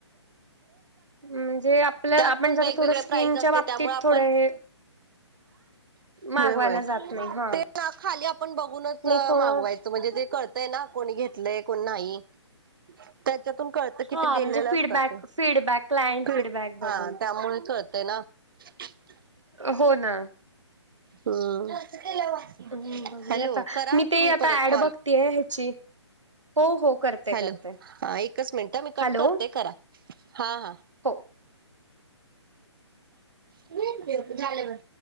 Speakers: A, on the right (about 80°); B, on the right (about 50°).
A: म्हणजे आपल्या
B: त्यात
A: आपण
B: पण
A: जरा
B: वेगवेगळे
A: थोडं स्किनच्या
B: प्राईज असते
A: बाबतीत
B: त्यामुळे आपण,
A: थोडं हे मागवायला
B: होय होय
A: जात नाही हा
B: ते ना खाली आपण बघूनच
A: नाही थोडं
B: मागवायच. म्हणजे ते कळतंय ना कोणी घेतलंय कोण नाही. त्याच्यातून कळत किती
A: हा
B: गेलेलं
A: म्हणजे feedback
B: असतात ते
A: feedback client
B: feed
A: feedback
B: हा
A: बघून
B: त्यामुळे कळतय ना. <inaudible>
A: हो ना.
B: हम्म
A: हम्म बघूया
B: हॅलो
A: आता
B: करा
A: मी ते
B: तुम्ही
A: आता
B: परत
A: ऍड
B: कॉल.
A: बघतीय ह्याची हो हो करते
B: हॅलो
A: करते
B: हा एकच मिनट मी कट
A: हॅलो
B: करते करा हा हा.
A: हो
B: त दे झालं म.